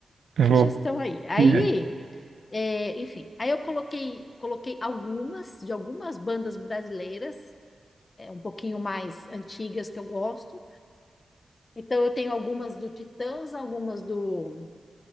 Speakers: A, on the right; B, on the left.
A: Eu
B: sugestão
A: vou.
B: aí. Aí,
A: Yeah.
B: é, enfim, aí eu coloquei, coloquei algumas de algumas bandas brasileiras, é, um pouquinho mais antigas que eu gosto. Então eu tenho algumas do Titãs, algumas do